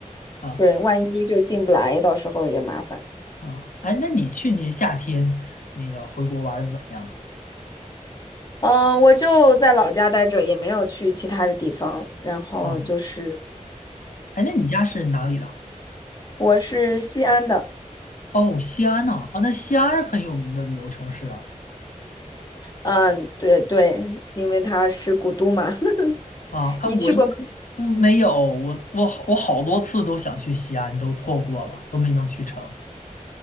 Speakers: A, on the left; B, on the left.
A: 啊
B: 对，万一就进不来，到时候也麻烦。
A: 啊。哎，那你去年夏天那个回国玩的怎么样了
B: 嗯，我就在老家待着，也没有去其他的地方。然后就是
A: 啊，哎，那你家是哪里的？
B: 我是西安的，
A: 哦，西安呢？啊，那西安很有名的旅游城市啊
B: 嗯，对对，因为它是古都嘛。<laughs>
A: 啊哎，
B: 你去过吗？
A: 我一嗯没有，我我好我好多次都想去西安，都错过了，都没能去成